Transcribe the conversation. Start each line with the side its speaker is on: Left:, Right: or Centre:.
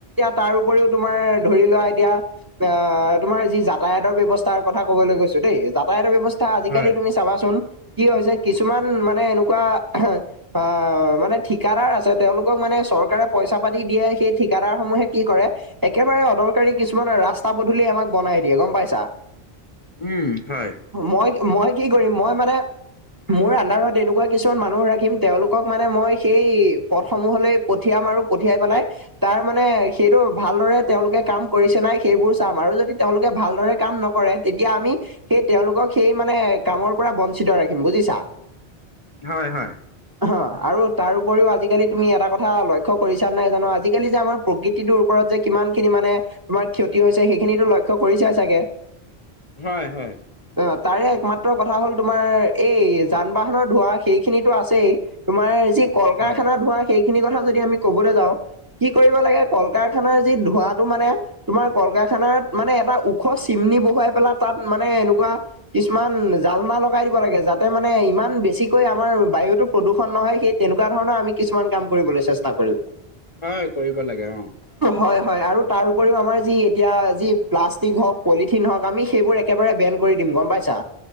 Right: তাৰ উপৰিও তোমাৰ ধৰি লোৱা এতিয়া অ তোমাৰ যি যাতায়াতৰ ব্যৱস্থাৰ কথা কবলৈ গৈছো দেই যাতায়াতৰ ব্যৱস্থা আজিকালি
Left: হয়।
Right: তুমি চাবাচোন কি হৈছে কিছুমান মানে এনুকা আ মানে ঠিকাদাৰ আছে তেওঁলোকক মানে চৰকাৰে পইচা পাতি দিয়ে সেই ঠিকাদাৰ সমূহে কি কৰে, একেবাৰে অদৰকাৰী কিছুমান ৰাস্তা পদূলি আমাক বনাই দিয়ে গম পাইছা।
Left: উম হয়
Right: মই মই কি কৰিম মই মানে, মোৰ আনদাৰত এনেকুৱা কিছুমান মানুহ ৰাখিম তেওঁলোকক মানে মই সেই, পথসমূহলৈ পঠিয়াম আৰু পঠিয়াই পেলাই তাৰ মানে সেইটো ভালদৰে তেওঁলোকে কাম কৰিছে নাই সেইবোৰ চাম আৰু যদি তেওঁলোকে ভালদৰে কাম নকৰে, তেতিয়া আমি সেই তেওঁলোকক সেই মানে কামৰ পৰা বঞ্চিত ৰাখিম বুজিছা,
Left: হয় হয়।
Right: অ আৰু তাৰ উপৰিও আজি আজিকালি তুমি এটা কথা লক্ষ্য কৰিছা নাই জানো আজিকালি যে আমাৰ প্ৰকৃতিটোৰ ওপৰত যে কিমান খিনি মানে, তোমাৰ ক্ষতি হৈছে সেইখিনিতো লক্ষ্য কৰিচাই চাগে?
Left: হয় হয়।
Right: অ তাৰে একমাত্ৰ কথা হল তোমাৰ এই যান বাহনৰ ধোঁৱা সেইখিনিতো আছেই, তোমাৰ যি কল
Left: হয়
Right: কাৰখানা ধোঁৱা সেইখিনি কথা যদি আমি কবলৈ যাওঁ কি কৰিব লাগে কল কাৰখানাৰ যি ধোৱটো মানে তোমাৰ কল কাৰখানাত মানে এটা ওখ চিমনি বহুৱাই পেলাই তাত মানে এনেকুৱা কিছুমান জালনা লগাই দিব লাগে যাতে মানে ইমান বেছিকৈ আমাৰ বায়ুতো প্ৰদূষণ নহয় সেই তেনেকুৱা ধৰণৰ আমি কিছুমান কাম কৰিবলৈ চেষ্টা কৰিম।
Left: হয়, কৰিব লাগে অ,
Right: হয় হয়, আৰু তাৰ উপৰিও আমাৰ যি এতিয়া যি প্লাষ্টিক হওঁক পলিথিন হওঁক আমি সেইবোৰ এ একেবাৰে বেন কৰি দিম, গম পাইছা?